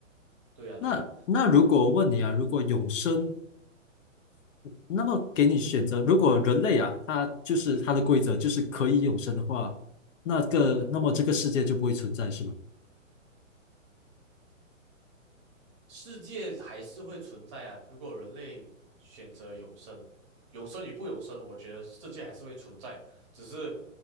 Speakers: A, on the right (about 25°); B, on the left (about 70°).
A: 对呀，
B: 那那如果问你啊，
A: 对呀。
B: 如果永生，那么给你选择，如果人类啊，他就是他的规则就是可以永生的话，那个那么这个世界就不会存在，是吗？
A: 世界还是会存在啊。如果人类选择永生，永生与不永生，我觉得世界还是会存在。只是，